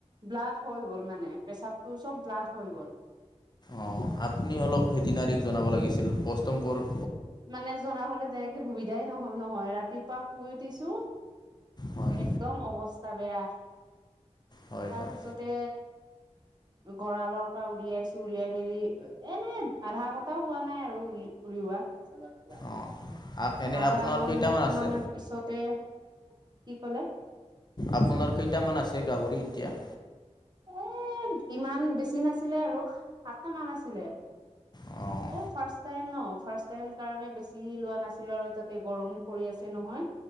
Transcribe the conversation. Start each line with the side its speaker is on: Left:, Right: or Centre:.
Right: ব্লাড হৈ গ'ল মানে, পেচাবটো চব ব্লাড হৈ গ'ল।
Left: অ', আপুনি অলপ ভেতেনিয়াৰীক জনাব লাগিছিল, পষ্টংকৰ
Right: মানে জনাবলে তেনেকে সুবিধাই নহল নহয় ৰাতি পুৱা শুই উঠিছো,
Left: হয়
Right: একদম অৱস্থা বেয়া।
Left: হয়
Right: তাৰপিছতে
Left: হয়
Right: গঁৰালৰ পৰা উলিয়াইছো উলিয়াই মেলি এনে আধা ঘণ্টাও হোৱা নাই আৰু উলি উলিওৱা। <unintelligible>
Left: অঁ এনে
Right: আধা
Left: আপোনাৰ
Right: ঘন্টা
Left: কেইটামান আছে
Right: মানৰ পিছতে কি কলে?
Left: আপোনাৰ কেইটামান আছে গাহৰি এতিয়া?
Right: এ ইমান বেছি নাছিলে আৰু সাতটা মান আছিলে।
Left: অঁ
Right: এই ফাৰ্ষ্ট টাইম ন ফাৰ্ষ্ট টাইম কাৰণে বেছি লোৱা নাছিলো আৰু, তাতে গৰমো পৰি আছে নহয়।